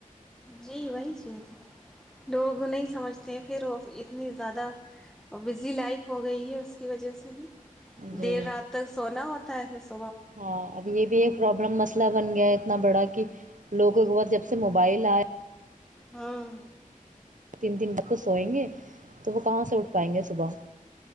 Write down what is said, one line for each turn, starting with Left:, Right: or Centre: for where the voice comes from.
Centre: جی وہی چیز ہے لوگ نہیں سمجھتے ہیں پھر وہ اتنی زیادہ بزی لائف ہو گئی ہے اس کی وجہ سے بھی
Right: جی
Centre: دیر رات تک سونا ہوتا حفظ
Right: ہاں اب یہ بھی ایک پرابلم مس مسلہ بن گیا اتنا بڑا کہ لوگوں کے بعس جب سے موبائل آئے
Centre: ہاں
Right: تین دن ب کو سوئیں گے تو وہ کہاں سے اٹھ پائیں گے صبح